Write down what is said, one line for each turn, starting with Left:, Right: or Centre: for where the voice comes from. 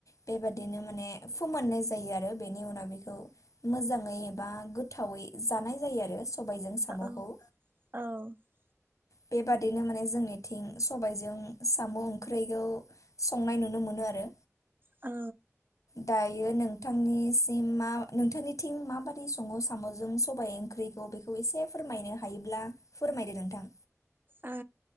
Left: बेबादिनो माने फोमाननाय जायो आरो बेनि उनाव बेखौ मोजाङै बा गोथावै जानाय जायो आरो।
Right: औ
Left: सबायजों साम'खौ
Right: औ
Left: बेबादिनो माने जोंनिथिं सबाय जों साम' ओंख्रैखौ संनाय नुनो मोनो आरो।
Right: औ।
Left: दायो नोंथांनिसिम मा नोंथांनिथिं माबादि सङो साम'जों सबायाइ ओंख्रिखौ बेखौ एसे फोरमायनो हायोब्ला फोरमायदो नों थां।
Right: ओ